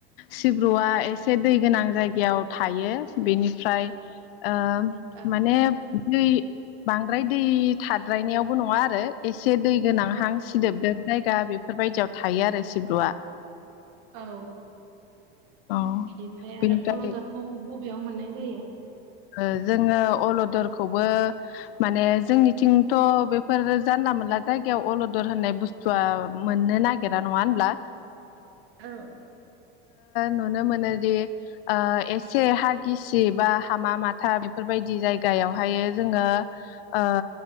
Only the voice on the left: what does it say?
सिब्रुआ एसे दै गोनां जायगायाव थायो बेनिफ्राय ओ
माने दै बांद्राय दै थाद्रायनायावबो नङा आरो एसे एसे दै गोनांहां
सिदोबदोब जायगा बेफोरबायदियाव थायो आरो सिब्रुआ
औ
बेनिफ्राय
ओ जोङो अलदर खौबो माने जोंनिथिंथ' बेफोर जानला मोनला जायगायाव अलदर होननाय बुस्थु ज <unintelligible> मोननो नागिरा नङा होमब्ला
नुनो मोनोदि ओ एसे हा गिसि बा हामा माथा बेफोरबायदि जायगा जायगायावहायो जोङो ओ